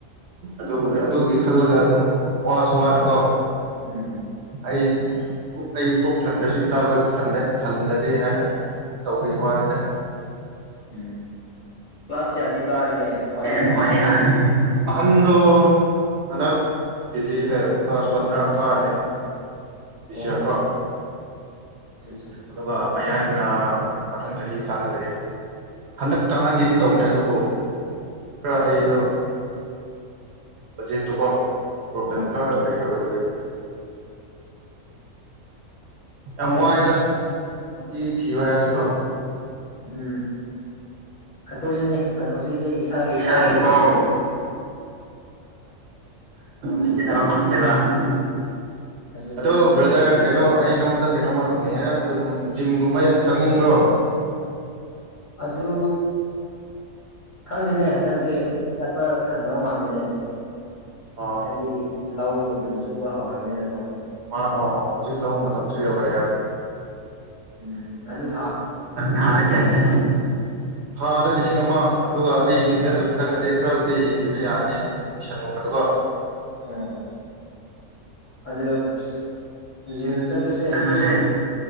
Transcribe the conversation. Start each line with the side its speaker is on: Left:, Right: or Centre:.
Right: ꯑꯗꯨꯕꯨ ꯑꯗꯨꯒꯤ ꯈꯜꯂꯒ ꯑꯗꯨꯝ ꯋꯥꯁꯨ ꯋꯥꯅꯀꯣ
Left: ꯎꯝ
Right: ꯑꯩ ꯄꯨꯛ ꯑꯩ ꯊꯟꯗ꯭ꯔꯁꯨ ꯏꯆꯥꯈꯣꯏ ꯊꯜꯂꯗꯤ ꯍꯥꯏꯅ ꯇꯧꯕꯒꯤ ꯋꯥꯅꯤꯗ
Left: ꯎꯝ ꯀ꯭ꯂꯥꯁ ꯀꯌꯥꯗꯤ ꯀꯥꯔꯒꯦ ꯈ꯭ꯋꯥꯏꯗꯒꯤ
Right: ꯑꯦ
Left: ꯑꯍꯟ
Right: ꯃꯣꯏꯗꯤ ꯑꯍꯟꯗꯣ ꯍꯟꯗꯛ ꯀꯦꯖꯤ ꯑ ꯀ꯭ꯂꯥꯁ ꯋꯥꯟ ꯔ ꯀꯥꯔꯅꯤ <unintelligible>
Left: ꯑꯣ ꯑꯆꯥ ꯆꯥ
Right: ꯑꯗꯨꯒ ꯃꯌꯥꯏꯗꯨꯅ ꯃꯊꯪ ꯆꯍꯤ ꯀꯥꯍꯜꯂꯒꯦ ꯍꯟꯗꯛ ꯀꯥꯍꯟꯒꯤꯗꯤ ꯇꯧꯕꯅꯦ ꯑꯗꯨꯕꯨ ꯈꯔ ꯑꯩꯗꯣ ꯕꯖꯦꯠꯇꯨꯀꯣ ꯄ꯭ꯔꯣꯕ꯭ꯂꯦꯝ
Left: ꯑꯣ
Right: ꯈꯔ ꯂꯩꯈ꯭ꯔꯕ ꯑꯗꯨꯒꯤ ꯌꯥꯝ
Left: ꯍꯣꯏꯗ
Right: ꯋꯥꯏꯗ ꯅꯨꯄꯤ ꯊꯤꯕ ꯍꯥꯏꯕꯁꯤꯀꯣ
Left: ꯎꯝ ꯑꯩꯈꯣꯏꯁꯨꯅꯦ ꯍꯧꯖꯤꯛ ꯑꯩ ꯏꯁꯥꯒꯤ
Right: ꯏꯁꯥꯒꯤꯐꯥꯎ
Left: ꯐꯧ
Right: ꯁꯤꯖꯤꯟꯅꯕ ꯐꯪꯗꯦꯕ ꯎꯝ
Left: ꯑꯗꯨꯗ
Right: ꯑꯗꯣ
Left: ꯅꯨꯄꯤ
Right: ꯕ꯭ꯔꯗꯔ
Left: ꯊꯤꯖꯤꯜꯂꯗꯤ
Right: ꯀꯩꯅꯣ ꯑꯩ ꯅꯉꯣꯟꯗ ꯀꯩꯅꯣꯝꯃ ꯍꯪꯅꯤꯡꯉꯦ ꯅꯪ ꯑꯗꯨꯝ ꯖꯤꯝꯒꯨꯝꯕ ꯇꯝꯅꯤꯡꯕ꯭ꯔꯣ
Left: ꯑꯗꯨ ꯍꯪꯒꯤꯅꯦ ꯍꯟꯗꯛꯁꯦ ꯆꯠꯄ ꯁꯪꯗꯧ ꯃꯥꯟꯗꯅꯦ
Right: ꯑꯣ
Left: ꯍꯥꯏꯗꯤ ꯂꯧ ꯑꯗꯨꯝ ꯁꯨꯕ ꯍꯧꯔꯒ <unintelligible>
Right: ꯃꯥ ꯑꯣ ꯍꯧꯖꯤꯛ ꯂꯧ ꯃꯇꯝꯁꯨ ꯌꯧꯔꯛꯑꯦ
Left: ꯎꯝ ꯑꯗꯨ
Right: ꯊꯥꯗ ꯀꯌꯥ ꯀꯌꯥ ꯊꯥꯗ ꯂꯤꯁꯤꯡ ꯂꯤꯁꯤꯡ ꯑꯃ ꯑꯗꯨꯒ ꯑꯩ ꯃꯤꯡꯗ ꯑꯗꯨꯝ ꯆꯪꯉꯗꯤ ꯈꯔꯕꯨꯗꯤ ꯌꯦꯡꯕꯤꯕ ꯌꯥꯅꯤ ꯑꯦꯃꯤꯁꯟꯒꯨꯝꯕꯗꯀꯣ
Left: ꯑꯣ ꯑꯗꯨ ꯑꯁ ꯖꯤꯝ ꯆꯠꯄꯁꯦ
Right: ꯆꯠꯂꯨꯁꯦ